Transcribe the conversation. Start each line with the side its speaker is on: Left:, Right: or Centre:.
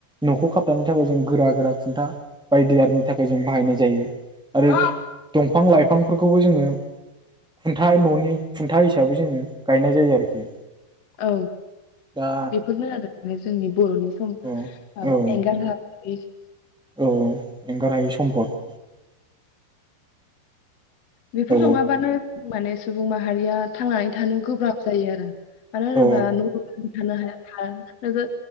Centre: न'खौ खाबथानो थाखाय जों गोरा गोरा खुन्था बायदि आरिनि थाखाय जों बाहायनाय जायो आरो
Left: औ
Centre: दंफां लाइ फांफोरखौबो जोङो खुन्था न'नि खुन्था हिसाबै जोङो गायनाय जायो आरोखि
Left: औ
Centre: दा
Left: बेफोरनो आरो जोंनि बर'नि सम माबा
Centre: औ औ
Left: एंगारनो <unintelligible>
Centre: औ एंगारहायै सम्पद
Left: बेफोर
Centre: औ
Left: नङाबानो माने सुबुं मा हारिया थांनानै थानो गोब्राब जायो आरो मानो होनोबा
Centre: औ
Left: न'आव थानो हाया